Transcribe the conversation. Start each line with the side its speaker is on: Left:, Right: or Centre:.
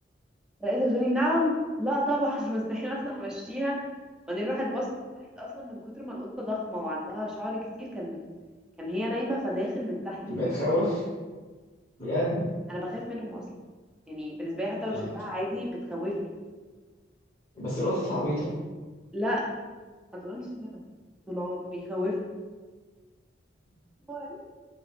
Centre: لقيتها بتقولي نعم لا طبعا <laughs> مستحيل اطلع مشيها وبعدين راحت بصت لقيت اصلا من كتر ما القطه ضخمه وعندها شعر كتير كان كان هي نايمه فداخل من تحت الباب
Left: بتخوف بجد
Centre: انا بخاف منهم اصلا يعني بالنسبه لي حتى لو
Left: اه
Centre: شكلها عادي بتخوفني
Left: بس القطط عبيطة
Centre: لا ما تقولش كده دول عم بيخوفوا المهم